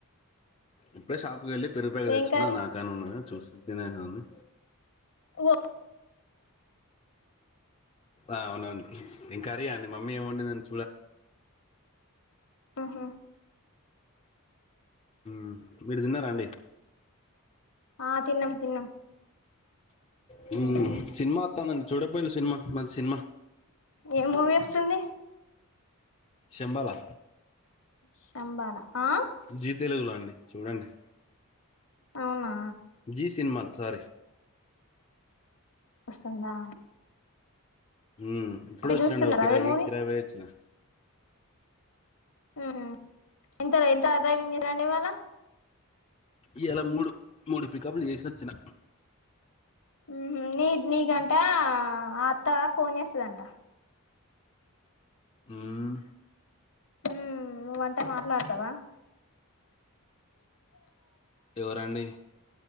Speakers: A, on the left; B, on the left.
A: ఇప్పుడే షాప్కి వెళ్ళి పెరుగు ప్యాకెట్
B: ఏం
A: తెచ్చుకున్న
B: కర్రీ
A: అది నాకేనే ఉన్నది చూస్త్ తినేది ఉంది.
B: ఓ
A: ఆ అవునండి. ఎమ్ కర్రీ అండి మమ్మి ఎమ్ వండిందండి.
B: ఆహా
A: మ్ మీరు తిన్నారా అండి.
B: ఆ తిన్నాం తిన్నాం.
A: హ్మ్
B: ఉహు
A: సినిమా వత్తండి. చూడకపోయిల్లు సినిమా మంచి సినిమా
B: ఏ మూవీ వస్తుంది.
A: శంబలా
B: శంభాలా ఆ
A: జీ తెలుగులో అండి చూడండి.
B: అవునా
A: జీ సినిమాలు సారీ
B: వస్తుందా
A: హు ఇప్పుడే
B: మీరు
A: వచ్చిన
B: చూస్తున్నారా
A: అండీ ఒక కిరాయి
B: అదే మూవీ
A: కిరాయి పోయి వచ్చిన
B: హు ఎంత ఎంత డ్డ్రైవింగ్ చేసాండి ఇవాళ
A: ఇవాలా మూడు మూడు పికప్లు చేసి వచ్చిన
B: ఉహుమ్మ్ నీ నీకంట అత్త ఫోన్ చేస్తందంట
A: మ్
B: హు నువ్వంటే మాట్లాడతావా
A: ఎవరండి